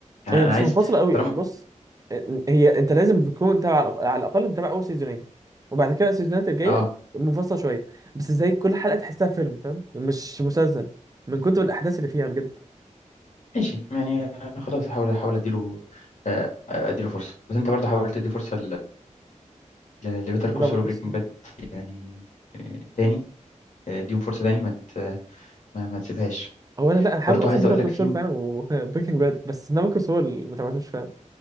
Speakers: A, on the left; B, on the right.
A: يعني
B: هي
A: أنا
B: مش
A: عايز
B: منفصلة قوي
A: طالما
B: بص هي انت لازم تكون تابع على الأق- على الاقل متابع اول سيزونين وبعد كده السيزونات الجاية
A: اه
B: منفصلة شوية بس زي كل حلقة تحسها فيلم فاهم مش مسلسل من كتر الاحداث اللي فيها بجد
A: ماشي يعني آه، خلاص هحاول احاول اديله آه، آه، اديله فرصة بس انت برضه حاولت تدي فرصة لبيتر كول
B: نابوكس
A: سول وبريكنج باد يعني آه، تاني آه، اديهم فرصة تاني ما ت- ما, ما تسيبهاش
B: هو انا لا انا حابب
A: برضه
B: اصلا
A: عايز
B: بيتر
A: اقول
B: كول
A: لك في
B: سول فعلا وبريكنج باد <laughs> بس نابوكس هو اللي ما تابعتوش فعلا